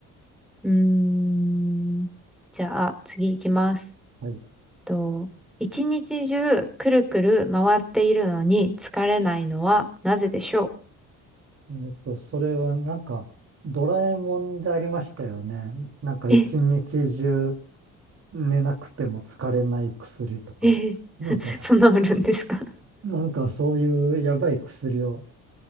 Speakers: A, in the centre; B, on the right.
A: うーん。じゃあ、次行きます。
B: はい。
A: と、一日中、くるくる回っているのに疲れないのはなぜでしょ
B: えーと、それはなんか、ドラえもんでありましたよね。なんか一日中
A: うえ、
B: 寝なくても疲れない薬とか。
A: え
B: なんか、
A: そんなあるんですか
B: なんかそういうやばい薬を